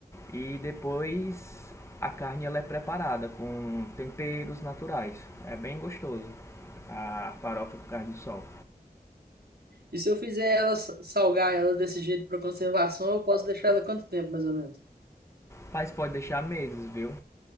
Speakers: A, on the left; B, on the right.
A: e depois a carne ela é preparada com temperos naturais. É bem gostoso a farofa com carne de sol.
B: E se eu fizer ela sa- salgar ela desse jeito para conservação, eu posso deixar ela quanto tempo, mais ou menos?
A: Mas pode deixar meses, viu?